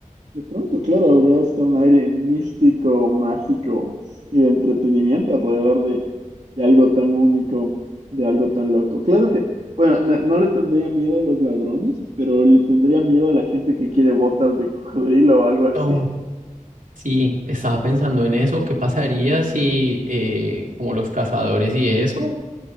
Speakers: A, on the right (about 55°); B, on the right (about 80°).
A: De pronto, claro, habría hasta un aire místico, mágico y de entretenimiento alrededor de, de algo tan único, de algo tan loco. Claro que, bueno, no, no le tendría miedo a los ladrones, pero le tendría miedo a la gente que quiere botas de cocodrilo o algo así.
B: Oh. Sí, estaba pensando en eso, ¿qué pasaría si eh, como los cazadores y eso